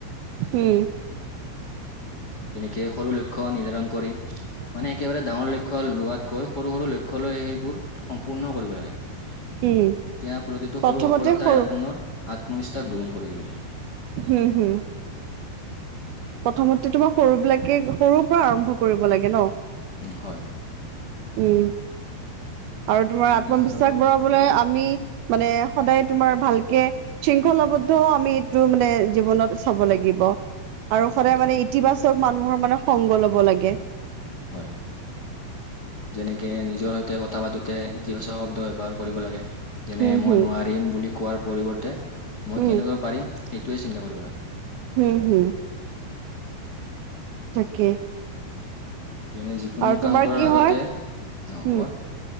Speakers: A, on the right; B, on the left.
A: উম
B: তেনেকে সৰু লক্ষ্য নিৰ্ধাৰণ কৰি।
A: <unintelligible>
B: মানে একেবাৰে ডাঙৰ লক্ষ্য লোৱাতকৈ সৰু সৰু লক্ষ্য লৈ সেইবোৰ সম্পূৰ্ণ কৰিব লাগে। এতিয়া
A: উম
B: প্ৰতিটো
A: প্ৰথমতে
B: সৰু সফলতাই
A: সৰু
B: আপোনাৰ আত্মবিশ্বাস দুগুণ কৰি তুলিব।
A: হুম হুম। প্ৰথমতে তোমাৰ সৰু বিলাকে সৰুৰ পৰা আৰম্ভ কৰিব লাগে ন।
B: উম হয়।
A: উম আৰু তোমাৰ আত্মবিশ্বাস
B: নিজৰ
A: বৰাবলৈ। আমি মানে সদায় তোমাৰ ভালকে শৃংখলাবদ্ধ ও আমি এইটো মানে জীৱনত। চাব লাগিব আৰু সদায়
B: হয়
A: মানে ইতিবাচক মানুহৰ মানে সংগ ল'ব লাগে।
B: হয়। যেনেকে নিজৰ সৈতে কথা পাতোতে ইতিবাচক শব্দ ব্যৱহাৰ কৰিব লাগে। যেনে
A: হম
B: মই
A: হম
B: নোৱাৰিম বুলি কোৱাৰ পৰিৱৰ্তে - মই
A: উম
B: কেনকা পাৰিম সেইটোৱে চিন্তা কৰিব লাগে।
A: উম হুম। তাকে।
B: যেনে যিকোনো
A: আৰু
B: কাম
A: তোমাৰ
B: কৰাৰ
A: কি
B: আগতে
A: হয়
B: অ
A: উম
B: কোৱা